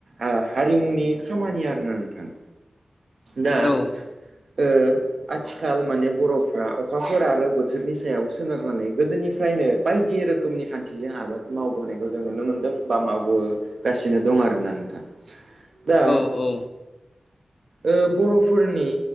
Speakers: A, on the right; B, on the left.
A: ओ हारिमुनि खामानि आरोना नोंथां दा
B: औ
A: ओ आथिखाल माने बर'फ्रा अखाफोर आरो बोथोरनि सायाव सोनारनानै गोदोनिफ्रायनो बायदि रोखोमनि खान्थिजों आबाद मावबोनाय जों नुनो मोन्दों बा मावो गासिनो दं आरोना नोंथां। दा
B: औ औ
A: ओ बर'फोरनि